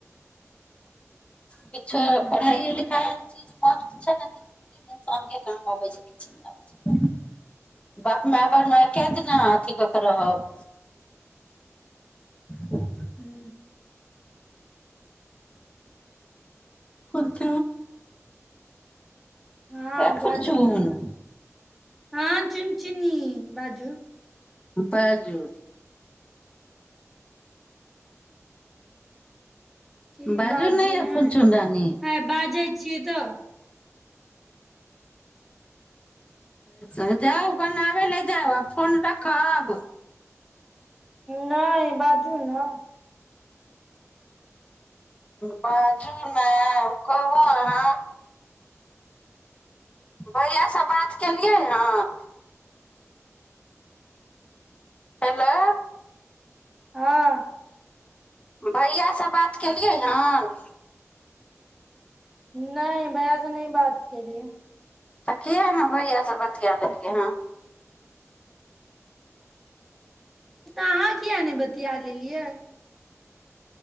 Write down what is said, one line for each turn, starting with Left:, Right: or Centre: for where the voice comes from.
Left: किछु
Centre: हूँ
Left: पढ़ा लिखा ची मस्त छै ने कि जिन्दगीमे इंसान के काम अबैत छै किछु नहि आबै छै बाप माय बाप म क दिना अथी कऽ के रहब ह
Centre: ह्म
Left: पच
Centre: हँ
Left: हे खुलचुल
Centre: बाजू ने हँ च ची न बाजू
Left: बाजू
Centre: की
Left: बाजू
Centre: बजी
Left: नहि यै
Centre: है
Left: फुनचुन रानी
Centre: है बाज छिय तऽ
Left: त जाउ अपन आ ल जाउ आ फोन रख आब
Centre: नहि बाजू ने
Left: बाजू ने कहू अहाँ भैय से बात केलियै हन हेलो
Centre: हँ
Left: भैयासँ बात केलियै हन
Centre: नहि भयसँ नहि बात केेलियए
Left: तऽ किए ने भैया से बतििया लेलियै हँ
Centre: तऽ अहाँ कििया नहि बतििया लेलियै